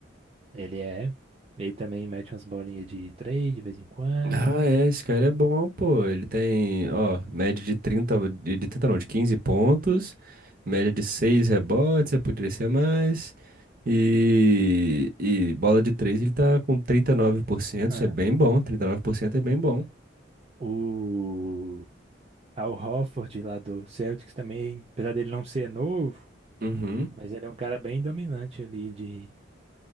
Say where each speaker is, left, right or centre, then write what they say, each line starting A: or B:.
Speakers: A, on the right (about 30°); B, on the right (about 50°).
A: Ele é. Ele também mete umas bolinhas de três de vez em quando.
B: Ah, é, esse cara é bom, pô. Ele tem, ó, média de 30 de de 30 não, de 15 pontos, média de 6 rebotes, eu poderia ser mais. E, e bola de 3 ele tá com 39%,
A: Ah,
B: isso é bem bom, 39% é bem bom.
A: o Al Horford lá do Celtics também, apesar dele não ser novo,
B: Uhum.
A: mas ele é um cara bem dominante ali de,